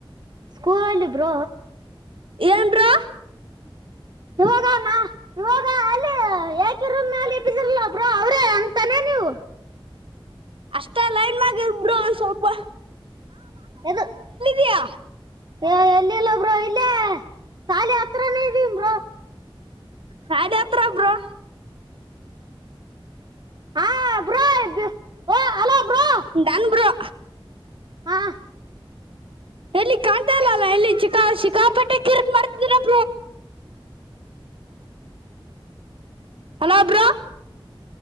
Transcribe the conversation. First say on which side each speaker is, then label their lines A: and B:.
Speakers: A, on the right (about 50°); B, on the right (about 75°).
A: ಸ್ಕೂಲಲ್ಲಿ ಬ್ರೋ.
B: ಎನ್ನ ಬ್ರೋ
A: ಇವಾಗ
B: <inaudible>
A: ನಾ ಇವಾಗ ಅ ಅಲ್ಲಿ ಏಕ್ ಇರುನ ಮ್ಯಾಲಿ ಬಿದ್ದಿ ರಲ ಅದು ನಾ ನೀವು.
B: ಅಷ್ಟ ಲೈನ್ ಮ್ಯೂಲ್ಗ ಇದ್ದ ಬಿಡೋ ಸ್ವಲ್ಪ.
A: ಎದು
B: ಕೀಯಾ.
A: ಎ ಎಲ್ಲಿ ಇಲ್ಲ ಬ್ರೋ ಇಲ್ಲೇ. ಸಾಲಿ ಹತ್ರಾನೇ ಇದಿನಿ ಬ್ರೋ
B: ಶಾಲೆ ಹತ್ರ ಬ್ರೋ
A: ಹಾ ಬ್ರೋ ಈ ಬಿ ಹಲೋ ಬ್ರೋ.
B: ನನ್ ಬ್ರೋ
A: ಹಾ
B: ಎಲ್ಲಿ ಕಾಣ್ತಾ ಇಲ್ಲ ಅಲ್ಲ ಎಲ್ಲಿ ಚಿಕಾ ಶಿಕಾಪಟ್ಟೀ ಕಿರ್ಕ್ ಮಾಡ್ತಿದ್ ರಾ hello bro.